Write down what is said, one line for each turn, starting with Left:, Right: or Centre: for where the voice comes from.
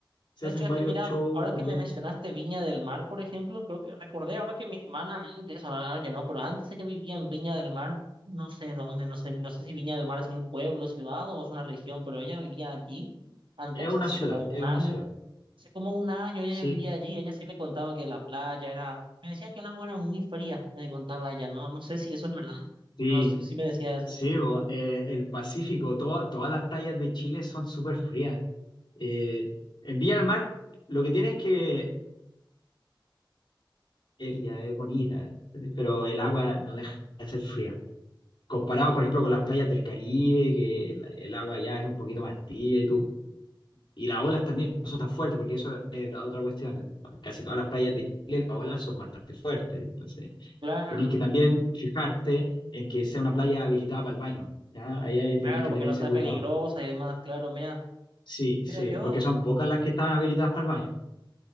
Left: Se
Right: De
Left: hacen
Right: hecho, es
Left: varios
Right: que mira,
Left: shows
Right: ahora
Left: también.
Right: que me mencionaste Viña del Mar, por ejemplo, creo que recordé ahora que mi hermana antes, ahora ahora ya no, pero antes ella vivía en Viña del Mar, no sé dónde, no sé, no sé si Viña del Mar es un pueblo, ciudad o es una región, pero ella vivía allí antes,
Left: Es una
Right: hace
Left: ciudad,
Right: como un
Left: es
Right: año,
Left: una ciudad.
Right: hace como un año ella
Left: Sí,
Right: ya vivía allí, ella sí me contaba que la playa era, me decía que el agua era muy fría, me contaba ella, no, no sé si eso es verdad,
Left: sí,
Right: pero sí, sí me decía eso.
Left: sí, bo, eh, el Pacífico, to- todas las playas de Chile son súper frías. Eh, en Villa del Mar, lo que tiene es que el ya es bonita, pero el agua no deja de ser fría. Comparado, por ejemplo, con las playas del Caribe, que el, el agua ya es un poquito más tibia y tú. Y las olas también no son tan fuertes, porque eso es la otra cuestión. Casi todas las playas de Chile, las olas son bastante fuertes. Entonces,
Right: Claro,
Left: tenéis que también fijarte en que sea una playa habilitada para el baño. ¿ya? Ahí, ahí
Right: claro,
Left: tenéis que
Right: porque
Left: tener
Right: no
Left: ese
Right: sea
Left: cuidado.
Right: peligrosa y demás, claro, mira,
Left: Sí,
Right: mira,
Left: sí,
Right: yo...
Left: porque son pocas las que están habilitadas para el baño.